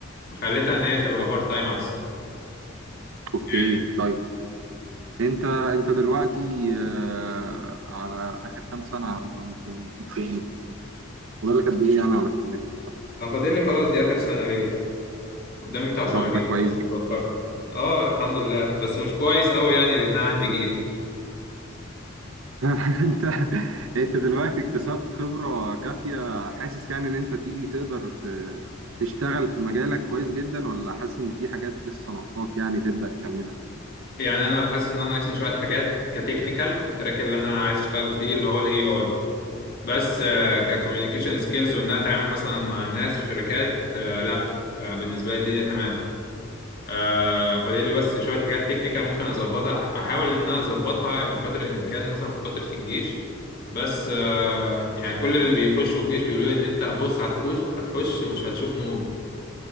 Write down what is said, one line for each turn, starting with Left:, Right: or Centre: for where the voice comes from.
Left: خليتها ان هي تبقى بارت تايم احسن
Right: اوكي
Left: يعني
Right: طيب انت انت دلوقتي آه، على اخر كام سنه انت ما نسيت كام فاضل لك قد ايه يعني على الكليه طب
Left: لو فاضل لي خلاص دي اخر سنه ليه قدامي بتاع شهرين
Right: طب ده كويس
Left: كده
Right: جدا
Left: بتفكر اه الحمد لله بس مش كويس قوي يعني لان انا عندي جيش
Right: <laughs> انت انت دلوقتي اكتسبت خبره كافيه حاسس يعني ان انت تيجي تقدر ت- تشتغل في مجالك كويس جدا ولا حاسس ان في حاجات لسه ناقصاك يعني تبدا تكملها
Left: يعني انا حاسس ان انا ناقصني شويه حاجات كتكنيكال في التراك اللي انا عايز اشتغل فيه اللي هو الاي اي بس ككوميونيكيشن سكيلز وانها اتعامل مثلا مع ناس في شركات آه، لا آه، بالنسبه لي الدنيا تمام آه، فدي اللي بس شويه حاجات تكنيكال ممكن اظبطها أح- احاول ان انا اظبطها يعني بقدر الامكان مثلا في فتره الجيش بس آه، يعني كل اللي بيخشوا الجيش بيقولوا لي ان انت بص هتخش هتخش ومش هتشوف نور